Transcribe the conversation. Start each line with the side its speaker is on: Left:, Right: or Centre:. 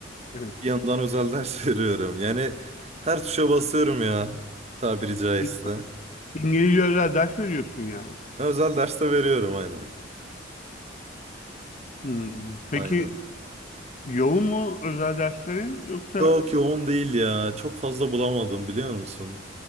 Left: Evet.
Right: Bir yandan özel ders <laughs> veriyorum. Yani her tuşa basıyorum ya. Tabiri caizse.
Left: İ- İngilizce özel ders veriyorsun yani.
Right: Özel ders de veriyorum aynen.
Left: Hmm. Peki
Right: Aynen.
Left: yoğun mu özel derslerin yoksa?
Right: Çok yoğun değil ya. Çok fazla bulamadım biliyor musun?